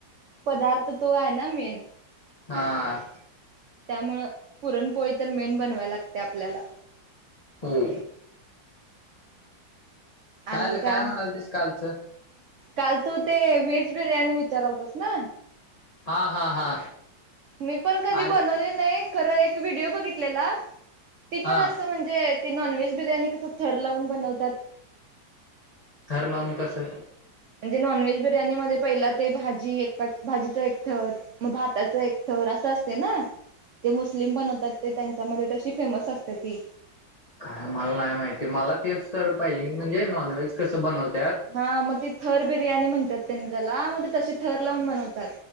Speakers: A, on the right (about 80°); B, on the left (about 85°).
A: पदार्थ तो आहे ना मेन.
B: हां.
A: त्यामुळं पुरणपोळी तर मेन बनवाय लागते आपल्याला.
B: हो. काल
A: आणि काय उम,
B: म्हणाल तेच कालचं
A: काल तू ते व्हेज बिर्याणी विचारालतास ना?
B: हा हा हा.
A: मी पण कधी
B: अरे
A: बनवली नाही, खरं एक व्हिडिओ बघितलेला, ती
B: हा
A: पण असं म्हण जे ती नॉनव्हेज बिर्याणी कसं थर लावून बनवतात
B: थर लावून कसं?
A: म्हणजे नॉन व्हेज बिर्याणी मध्ये पहिला ते भाजी एकच भाजीचा एक थर मग भाताचा एक थर असं असतंय ना? ते मुस्लिम बनवतात ते त्यांच्यामध्ये तशी फेमस असते ती.
B: काय मला नाही माहिती मला तेच तर पाहिजी, म्हणजे नॉनव्हेज कसं बनवत्यात?
A: हा मग ती थर बिर्याणी म्हणत्यात त्यांनी त्याला, मग ते तशी थर लावून बनवतात.